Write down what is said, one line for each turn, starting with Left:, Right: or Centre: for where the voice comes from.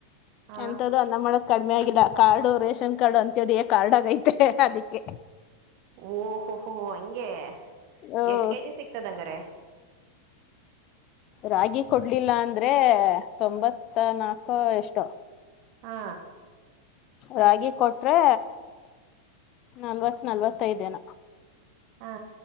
Right: ಹಾ
Left: ಎಂತ್ದು ಅನ್ನ ಮಾಡಕ್ ಕಡಿಮೆ ಆಗಿಲ್ಲ ಕಾರ್ಡು ರೇಷನ್ ಕಾರ್ಡು ಅಂತದ ಕಾರ್ಡ್ ಆಗೈತೆ ಅದಿಕ್ಕೆ
Right: ಓಹೋಹೋಹ ಹಂಗೆ
Left: ಹ್ಮ್
Right: ಎಷ್ಟ್ ಕೆಜಿ ಸಿಕ್ತದಂಗ್ರ
Left: ರಾಗಿ ಕೊಡ್ಲಿಲ್ಲ ಅಂದ್ರೆ ತೊಂಬತ್ತ ನಾಕು ಎಷ್ಟು
Right: ಹಾ
Left: ರಾಗಿ ಕೊಟ್ರೆ ನಲ್ವತ್ ನಲ್ವತ್ತೈದನ
Right: ಹಾ